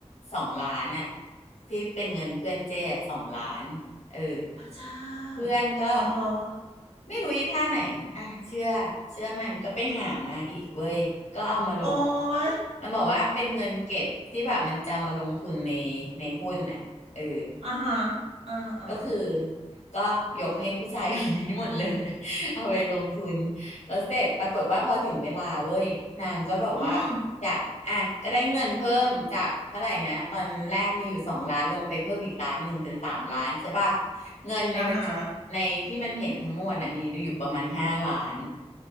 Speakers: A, on the left; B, on the right.
A: สองล้านอะที่เป็นเงินเพื่อนเจ้สองล้านเออ
B: พระเจ้า
A: เพื่อนก็
B: เออ
A: ไม่รู้อีท่าไหนอ่ะเชื่อเชื่อมันก็ไปหามาอีกเว้ยก็เอามาลง
B: โอ้ย
A: มันบอกว่าเป็นเงินเก็บที่แบบมันจะเอามาลงทุนในในหุ้นน่ะเออ
B: อ่าฮะอ่าอ่า
A: ก็คือก็ยกให้ผู้ชายคนนี้หมดเลย <laughs> เอาไปลงทุนแล้วเสร็จปรากฏว่าพอถึงเวลาเว้ยนางก็แบบว่าอยากอ่ะก็ได้เงินเพิ่มจากเท่าไหร่นะตอนแรกมีอยู่สองล้านลงไปเพิ่มอีกล้านหนึ่งเป็นสามล้านใช่ป่ะ
B: อืม
A: เงินในบัญชีในที่มันเห็นทั้งมวลน่ะมีอยู่ประมาณห้าล้าน
B: อ่าฮะ